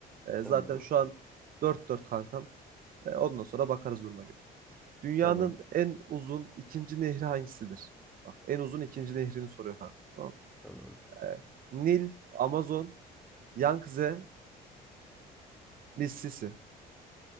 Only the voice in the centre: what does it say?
Tamam,
tamam,
tamam.